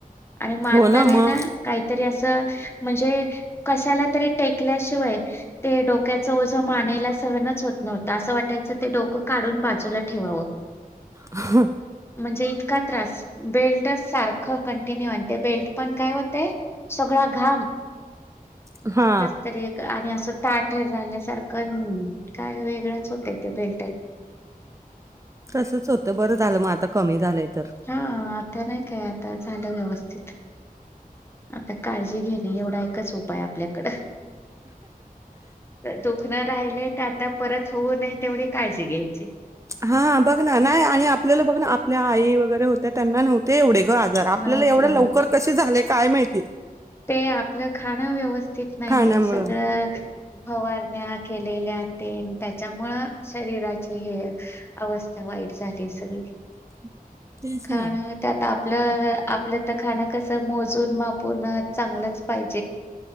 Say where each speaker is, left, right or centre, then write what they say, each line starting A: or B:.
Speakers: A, on the left; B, on the right.
A: आणि मानताना
B: हो ना मग
A: काहीतरी असं. म्हणजे कशाला तरी टेकल्याशिवाय ते डोक्याच ओझ मानेला. सहनच होत नव्हतं असं वाटायचं ते डोकं काढून बाजूला ठेवावं.
B: ह
A: म्हणजे इतका त्रास बेल्ट सारखं कंटिन्यू आणि ते बेल्ट पण काय होतय सगळा घाम
B: <inaudible> हा
A: कसतरी एक आणि असं ताठ झाल्यासारखन काय वेगळंच होतेय त्या बेल्
B: तसच होतं बरं झालं मग आता कमी झालंय तर
A: हा आता नइ काय आता झालं व्यवस्तित आता काळजी घेणे एवडा एकच उपाय आपल्याकडं दुखन राहिलय त आता परत होऊ नये तेवडी काळजी घ्यायची
B: हा बग ना नाय आणि आपल्याला बग ना आपल्या आई वगैरे होत्या त्यांना नव्हते एवडे ग आजार आपल्याला
A: नव्हते
B: एवड्या लवकर
A: नव्हते
B: कशे झालेय काय माहिती
A: ते आपलं खाणं व्यवस्थित नाहीये
B: खाण्यामुळं
A: सगळ फवारण्या केलेल्या तेन तेच्यामुळ शरीराची हे अवस्था वाईट झालीये सगळी
B: <inaudible>
A: खाण
B: ना
A: त्यात आपलंअ आपलं त खाणं कस मोजून मापून चांगलंच पाई